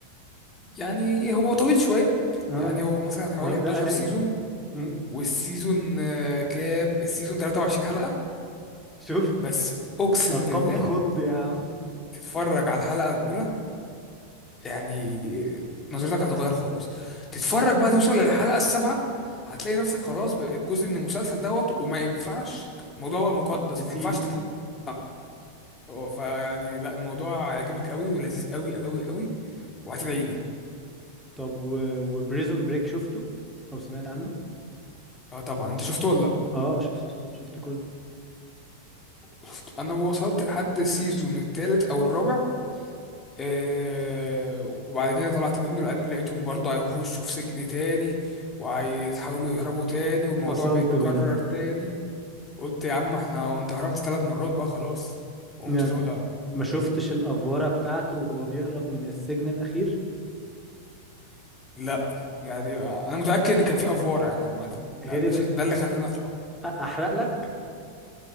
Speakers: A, on the left; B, in the centre.
A: يعني هو طويل شويه
B: اه
A: يعني هو مثلا حوالي
B: اه ده
A: 11
B: قلقي
A: سيزون
B: امم
A: والسيزون آه، كام السيزون 23 حلقه
B: شفت
A: بس اقسم
B: ارقام
A: بالله
B: تخض يا عم
A: تتفرج على الحلقه الاولى يعني نظرتك هتتغير خالص تتفرج بقى توصل للحلقة السابعة هتلاقي نفسك خلاص بقيت جزء من المسلسل دوت وما ينفعش الموضوع بقى مقدس
B: تسيبه
A: ما ينفعش تطلع منه. اه فيعني لا الموضوع هيعجبك قوي ولذيذ قوي قوي قوي وهتدعي لي
B: طب و... وبريزون بريك شفته او سمعت عنه
A: اه طبعا انت شفته ولا لا
B: اه شفته شفته كله
A: شفت انا وصلت لحد السيزون الثالث او الرابع آه وبعد كده طلعت منه لان لقيتهم برضه هيخشوا في سجن تاني وهيتحاولوا يهربوا تاني والموضوع
B: فصلت
A: بيتكرر
B: منه
A: تاني قلت يا عم احنا وانت خرجت ثلاث مرات بقى خلاص قمت
B: يعني
A: طالع
B: ما شفتش الافوره بتاعته وهو بيهرب من السجن الاخير
A: لا يعني انا متاكد ان كان في افوار يعني عامه لان
B: هرب
A: ش- ده اللي خلاني اطلع
B: احرق لك